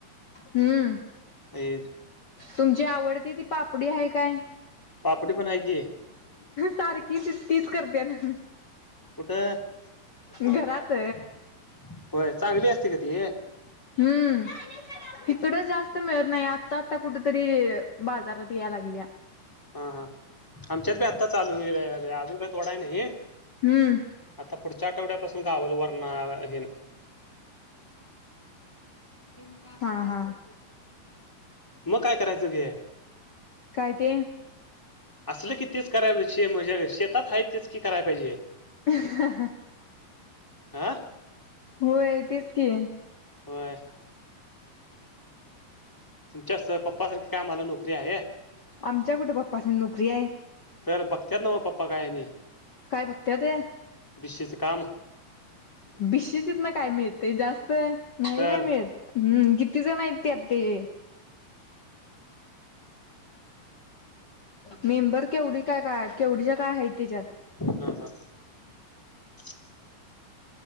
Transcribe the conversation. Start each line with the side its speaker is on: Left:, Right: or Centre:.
Left: हूं
Centre: आहेत.
Left: तुमची आवडती ती पापडी हाय काय?
Centre: पापडी पण हाय की,
Left: सारखी ती तीच करत्यात.
Centre: कुठ इथं आणलीत
Left: घरात
Centre: होय चांगली असते का ती
Left: हूं तिकड जास्त मिळत नाय आत्ता आता कुठ तरी बाजारात याय लागल्या.
Centre: हा हा आमच्यात बी आत्ता चालू होईल अ अजून काय तोडाय नाही.
Left: हूं
Centre: आता पुढच्या आठवड्यापासून गावाला वरणा हे न मी म्हटलं असलं
Left: हा हा
Centre: सापां गत खाते, म काय करायचं गे
Left: काय ते
Centre: असलं की तेच कराय पाहिजे शे म ज्य शेतात हाय तेच की कराय पाहिजे.
Left: <unintelligible>
Centre: हा
Left: होय तेच की,
Centre: व्हय. तुमच्या पप्पा सारख काय आम्हाला नोकरी आहे.
Left: आमच्या कुठे पप्पासनी नोकरी आहे
Centre: तर बघत्यात नव पप्पा काय आणि.
Left: काय बघत्यात वय.
Centre: बीशीचं काम.
Left: बिशीतीतन काय मिळतय जास्त, नाही
Centre: तर
Left: काय मिळत. हम्म, किती जण हाईत त्यात ही. <inaudible> मेंम्बर केवढी काय काय, केवढीच्या काय हाईत त्याच्यात?
Centre: हा, हा. <inaudible>